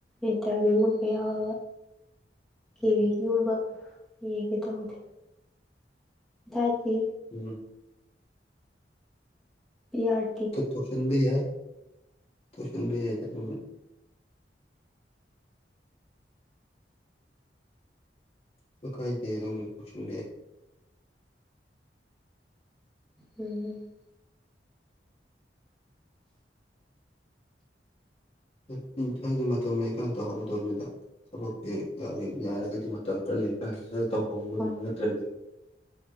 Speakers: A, in the centre; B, on the left.
A: ꯏꯟꯇꯔꯕꯤꯌꯨꯒꯨꯝꯕ ꯌꯥꯎꯔꯒ ꯀꯤꯚꯤꯒꯤꯒꯨꯝꯕ ꯌꯦꯡꯒꯦ ꯇꯧꯕꯅꯦ ꯗꯥꯏꯠꯀꯤ
B: ꯎꯝ
A: ꯄꯤꯌꯥꯔ
B: ꯇꯣꯁꯟꯕꯤ ꯌꯥꯏ ꯇꯨꯁꯟꯕꯤ ꯌꯥꯏ ꯑꯗꯨꯒꯨꯕ ꯑꯗꯨ ꯀꯥꯏꯗꯦ ꯑꯗꯨꯝ ꯇꯧꯁꯟꯕ ꯌꯥꯏ
A: ꯎꯝ
B: <unintelligible> ꯃꯇꯝ ꯂꯩꯀꯥꯟꯗ ꯇꯧꯍꯧꯒꯗꯕꯅꯤꯗ ꯊꯕꯛꯇꯤ ꯌꯥꯔ ꯌꯥꯔꯒꯗꯤ ꯃꯇꯝ ꯈꯔ ꯂꯩꯔꯤ ꯀꯥꯏꯗ ꯁꯠ ꯇꯧꯍꯧꯒꯗꯧꯅꯦ
A: ꯍꯣꯏ
B: ꯅꯠꯇ꯭ꯔꯗꯤ